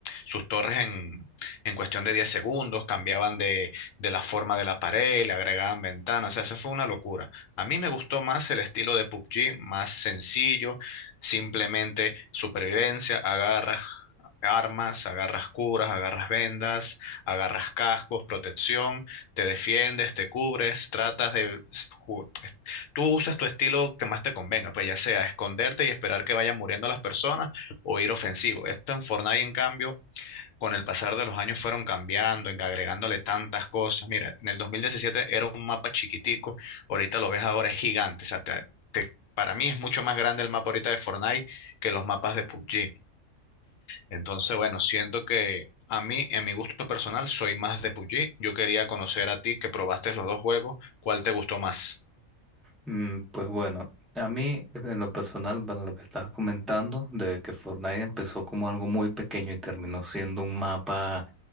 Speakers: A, on the left (about 75°); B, in the centre.
A: sus torres en, en cuestión de 10 segundos, cambiaban de, de la forma de la pared, le agregaban ventanas, o sea, eso fue una locura. A mí me gustó más el estilo de PUBG, más sencillo, simplemente supervivencia, agarras armas, agarras curas, agarras vendas, agarras cascos, protección, te defiendes, te cubres, tratas de ju- tú usas tu estilo que más te convenga, pues ya sea esconderte y esperar que vayan muriendo las personas o ir ofensivo. Esto en Fortnite, en cambio, con el pasar de los años fueron cambiando, en- agregándole tantas cosas. Mira, en el 2017 era un mapa chiquitico, ahorita lo ves ahora es gigante. O sea, te- te- para mí es mucho más grande el mapa ahorita de Fortnite que los mapas de PUBG. Entonces, bueno, siento que a mí, en mi gusto personal, soy más de PUBG. Yo quería conocer a ti que probaste los dos juegos, ¿cuál te gustó más?
B: Mm, Pues bueno, a mí en lo personal, bueno, lo que estabas comentando de que Fortnite empezó como algo muy pequeño y terminó siendo un mapa